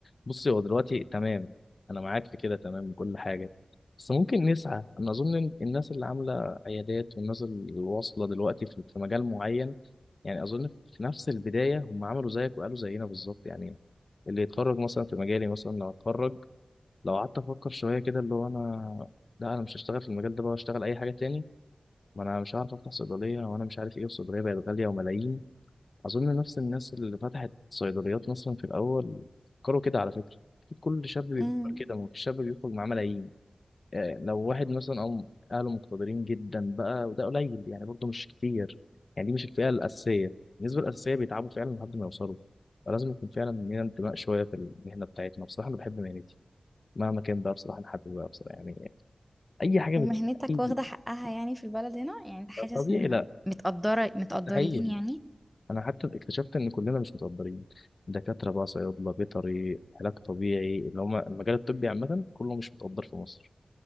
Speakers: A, on the left; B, in the centre.
A: بصي هو دلوقتي تمام انا معاك في كده تمام وكل حاجه بس ممكن نسعى انا اظن إن الناس اللي عامله عيادات والناس اللي واصله دلوقتي في في مجال معين يعني اظن في نفس البدايه هم عملوا زيك وقالوا زينا بالظبط يعني اللي يتخرج مثلا في مجالي مثلا لو اتخرج لو قعدت افكر شويه كده اللي هو انا لا انا مش هشتغل في المجال ده بقى اشتغل اي حاجه تاني ما انا مش عارف افتح صيدليه وانا مش عارف ايه الصيدليه بقت غاليه وملايين اظن نفس الناس اللي فتحت صيدليات مثلا في الاول فكروا كده على فكره اكيد كل شاب بيفكر
B: مم.
A: كده ما فيش شاب بيخرج معاه ملايين آه، لو واحد مثلا او اهله مقتدرين جدا بقى وده قليل يعني برضه مش كتير يعني دي مش الفئه الاساسيه النسبه الاساسيه بيتعبوا فعلا لحد ما يوصلوا فلازم يكون فعلا لينا انتماء شويه في المهنه بتاعتنا بصراحه انا بحب مهنتي مهما كان بقى بصراحه لحد بقى بصراحه يعني اي حاجه بت...
B: ومهنتك
A: أي-
B: واخدة حقها يعني في البلد هنا يعني انت حاسس
A: طبيعي
B: ان
A: لا
B: متقدرة متقدرين
A: ده حقيقي
B: يعني
A: انا حتى اكتشفت ان كلنا مش متقدرين دكاتره بقى صيادله بيطري علاج طبيعي اللي هم المجال الطبي عامه كله مش متقدر في مصر